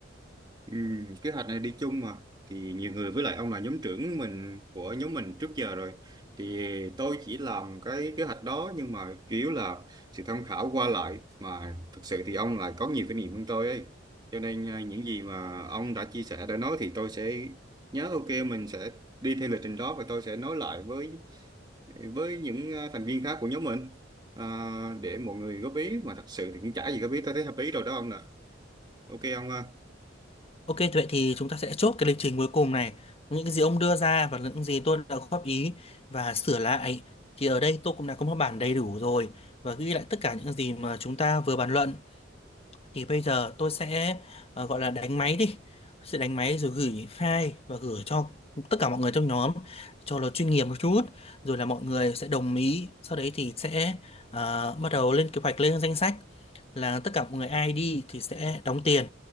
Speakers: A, on the right (about 25°); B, on the left (about 30°).
A: Ừ, kế hoạch này đi chung mà thì nhiều người với lại ông là nhóm trưởng mình của nhóm mình trước giờ rồi thì tôi chỉ làm cái kế hoạch đó nhưng mà chủ yếu là sự tham khảo qua lại mà thực sự thì ông lại có nhiều kinh nghiệm hơn tôi ấy cho nên à, những gì mà ông đã chia sẻ đã nói thì tôi sẽ nhớ ok mình sẽ đi theo lịch trình đó và tôi sẽ nói lại với với những à, thành viên khác của nhóm mình à, để mọi người góp ý mà thật sự thì cũng chả gì góp ý tôi thấy hợp lý rồi đó ông nè ok ông ha.
B: Ok, vậy thì chúng ta sẽ chốt cái lịch trình cuối cùng này. Những cái gì ông đưa ra và những gì tôi đã góp ý và sửa lại thì ở đây tôi cũng đã có một bản đầy đủ rồi và ghi lại tất cả những gì mà chúng ta vừa bàn luận thì bây giờ tôi sẽ ờ, gọi là đánh máy đi sẽ đánh máy rồi gửi file và gửi cho tất cả mọi người trong nhóm cho nó chuyên nghiệp một chút rồi là mọi người sẽ đồng ý sau đấy thì sẽ ờ, bắt đầu lên kế hoạch lên danh sách là tất cả mọi người ai đi thì sẽ đóng tiền